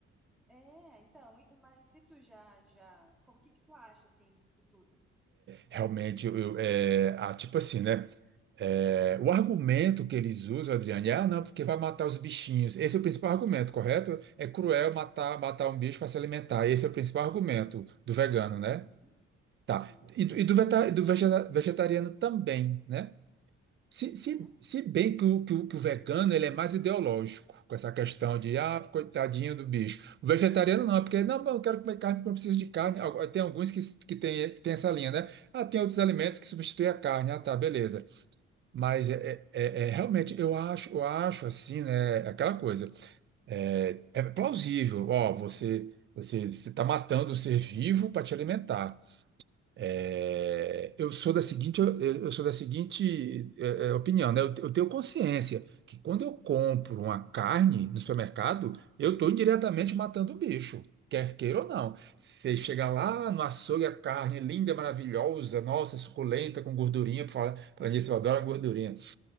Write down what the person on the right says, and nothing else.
Realmente, eu, eu, é, ah, tipo assim, né? É, o argumento que eles usam, Adriane, é, ah, não, porque vai matar os bichinhos. Esse é o principal argumento, correto? É cruel matar, matar um bicho para se alimentar. Esse é o principal argumento do vegano, né?
Tá.
E do, e do veta- e do vegeta- vegetariano também, né? Se,
se, se bem que o, que o, que o vegano ele é mais ideológico com essa questão de,
ah, coitadinho do bicho. O vegetariano não, é porque, não, eu quero comer carne porque eu preciso de carne. Al- Tem alguns que, que tem, que tem essa linha, né? Ah, tem outros alimentos que substituem a carne. Ah, tá, beleza. Mas
é, é- é- é, realmente eu acho, eu acho assim, né? Aquela coisa é, é plausível. Ó, você você você está matando o ser vivo para te alimentar. É, eu sou da seguinte eu, eu sou da seguinte é, é, opinião, né? Eu, eu tenho consciência que quando eu compro uma carne no supermercado, eu estou indiretamente matando o bicho. Quer queira ou não.
Você chega lá no açougue, a carne linda, maravilhosa, nossa, suculenta, com gordurinha, fala, para mim, eu adoro a gordurinha.